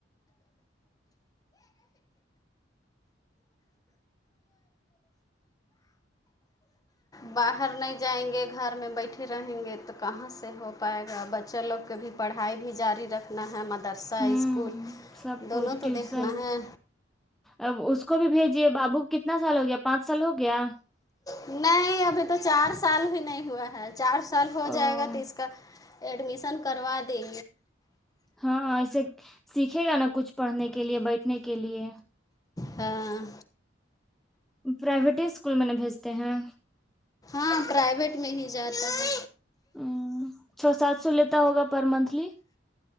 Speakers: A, on the left; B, in the centre.
A: باہر نہیں جائیں گے گھر میں بیٹھے رہیں گے تو کہاں سے ہو پائے گا بچا لوگ کے بھی پڑھائی بھی جاری رکھ دنا ہے مدرسہ
B: ہوں
A: اسکول
B: سب
A: دونوں
B: کچھ ٹیوشن
A: تو دیکھنا ہے
B: اب اس کو بھیجیے بابو کتنا سال ہو گیا پانچ سال ہو گیا
A: نہیں ابھی تو چار سال بھی نہیں ہوا ہے چار سال ہو
B: ا
A: جائے گا تو اس کا ایڈمیشن کروا دے
B: ہاں ایسے سیکھے گا نا کچھ پڑھنے کے لیے بیٹھنے کے لیے
A: ہاں
B: پرائیویٹ اسکول میں ن بھیجتے ہیں
A: ہاں پرائیویٹ میں ہی جاتا ہے
B: ہ چو سات سو لیتا ہوگا پر منتھلی